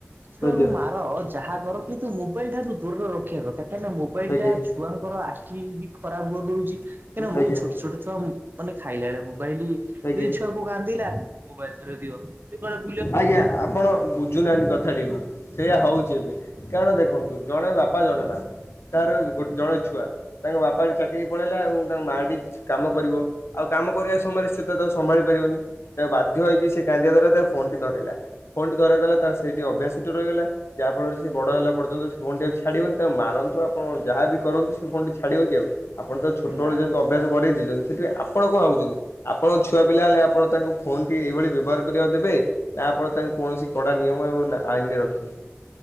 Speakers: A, on the right; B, on the left.
A: ତ
B: ଆଜ୍ଞା
A: କୁ
B: ଆଜ୍ଞା
A: ମାର ଯାହାକର କିନ୍ତୁ ମୋବାଇଲ ଠାରୁ ଦୂରରେ ରଖିବା କଥା କାହିଁନା ମୋବା ମୋବାଇଲଟା
B: ଆଜ୍ଞା ଆଜ୍ଞା
A: ଛୁଆଙ୍କର ଆଖି ବି ଖରାପ କରିଦଉଛି କାହିଁକିନା ବହୁତ
B: ଆଜ୍ଞା
A: ଛୋଟ ଛୋଟ ଛୁଆ ମାନେ ଖାଇଲା ବେଳେ ମୋବାଇଲ
B: ଆଜ୍ଞା
A: ଯଦି ଛୁଆକୁ କାନ୍ଦିଲା ମୋବାଇଲ ଧରେଇ ଦିଅ କିମ୍ବା
B: ଆଜ୍ଞା ଆପଣ ବୁଝୁନ କଥାଟିକୁ ସେଇୟା ହଉଛି ଏବେ କାରଣ ଦେଖନ୍ତୁ ଜଣେ ବାପା ଜଣେ ମା ତାର ଗୋ ଜଣେ ଛୁଆ। ତାଙ୍କ ବାପା ଚାକିରି ପଳେଇଲା ଏବଂ ତାଙ୍କ ମାଟି କାମ କରିବ ଆଉ କାମ କରିବା ସମୟରେ ସେ ସେ ତ ତାକୁ ସମ୍ଭାଳି ପାରିବନି ତା ବାଧ୍ୟ ହେଇକି ସେ କାନ୍ଦିଆ ଦର ତା ଫୋନ ଟି ଧରାଇଲା। ଫୋନେଟି ଧରାଇ ଦେଲା ତାର ସେଇଠି ଅଭ୍ୟାସଟି ରହିଗଲା। ଯାହାଫଳରେ ସେ ବଡ଼ ହେଲା ପର୍ଯ୍ୟନ୍ତ ସେ ଫୋନଟି ଆଉ ଛାଡ଼ିବନି ତ ଆଉ ମାରନ୍ତୁ ଆପଣ ଯାହାବି କରନ୍ତୁ ସେ ଫୋନ ଟି ଛାଡ଼ିବ କି ଆଉ? ଆପଣ ତ ଛୋଟବେଳେ
A: ନା
B: ଯେହେତୁ ଅଭ୍ୟାସ କରେଇ ଦେଇଛନ୍ତି। ସେଥିପାଇଁ ଆପଣ କଣ ଭାବୁଛନ୍ତି? ଆପଣଙ୍କ ଛୁଆ ପିଲା ହେଲେ ଆପଣ ତାଙ୍କୁ ଫୋନଟି ଏଇଭଳି ବ୍ୟବହାର କରିବାକୁ ଦେବେ? ନା ଆପଣ ତାଙ୍କୁ କୌଣସି କଡ଼ା ନିୟମ ଏବଂ ଆଇନରେ ରଖିବେ।